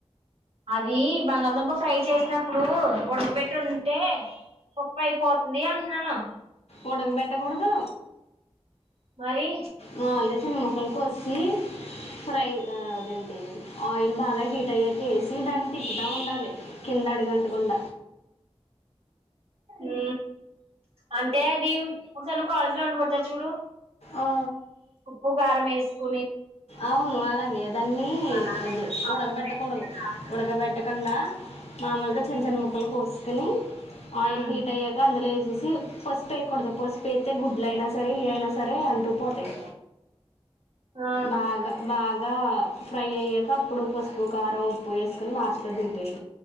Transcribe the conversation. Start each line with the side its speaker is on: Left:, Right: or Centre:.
Right: అది బంగాళదుంప ఫ్రై చేసినప్పుడు ఉడకబెట్టి ఉంటే పొప్పై అయిపోతుంది అంటున్నాను
Left: ఒడక బెట్ట కూడదు.
Right: మరి
Left: మామూలుగా చిన్న ముక్కలు కోస్ టీ ఫ్రై ఆ దేంటి. ఆయిల్ బాగా హీట్ అయ్యాకేసి దాన్ని తిప్పుతా ఉండాలి. కింద అడుగంటకుండ.
Right: ఊ అంటే అది ఒక సారి నువ్వు కాలేజ్ ఉన్న వచ్చా చూడు.
Left: ఆ
Right: ఉప్పు కారం వేసుకుని
Left: అవును అలాగ్ దాన్ని
Right: అలానే
Left: అద్
Right: పప్పు
Left: ఉడకబెట్టకూడదు.
Right: వేసుకుని.
Left: ఉడకబెట్ట కుండా మామలుగా చిన్న
Right: ఉమ్
Left: చిన్న ముక్కలు కోసి కానీ
Right: ఉమ్
Left: ఆయిల్ హీట్ అయ్యాక అందులో వేసే పసుపు ఎయకూడదు పసుపు ఎస్తేతే గుడ్ల అయినా సరే ఎయయినా సే సరే అంటూ పోతాయి
Right: ఆ
Left: బాగ బాగా ఫ్రై అయ్యాక అప్పుడు పసుపు కారం ఉప్పు వేసుకొని లాస్ట్లో దింపేయి